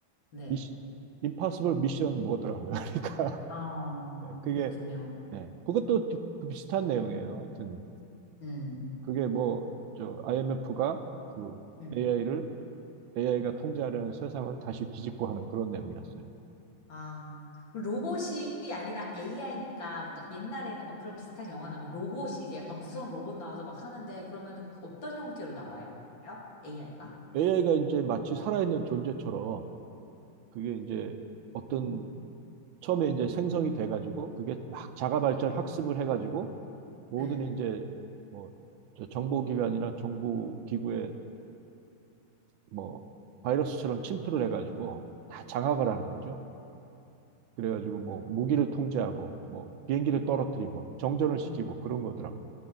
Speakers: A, on the left; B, on the right.
A: 네.
B: 미시, 임파서블 미션 뭐더라고요. <laughs> 그러니까
A: 어,
B: 그게
A: 그렇군요.
B: 예. 그것도 비- 비슷한 내용이에요. 하여튼
A: 음.
B: 그게 뭐 저 IMF가 그
A: 음,
B: AI를 AI가
A: 음,
B: 통제하려는 세상을 다시 뒤집고 하는
A: 음.
B: 그런 내용이었어요.
A: 아, 그리고 로봇이 아니라 AI니까 뭔가 옛날에는 막 그런 비슷한 영화 나오면 로봇이 이제 약간 무서운 로봇 나와서 막 하는데 그러면 어떤 형태로 나와요? AI가?
B: AI가 이제 마치 살아있는 존재처럼 그게 이제 어떤 처음에 이제 생성이 돼가지고 그게 막 자가 발전 학습을 해가지고 모든
A: 네.
B: 이제 뭐 저 정보기관이나 정부 기구의 그뭐 바이러스처럼 침투를 해가지고 다 장악을 하는 거죠. 그래가지고
A: 아,
B: 뭐 무기를 통제하고 뭐 비행기를
A: 음,
B: 떨어뜨리고 정전을
A: 음,
B: 시키고 그런 거더라고.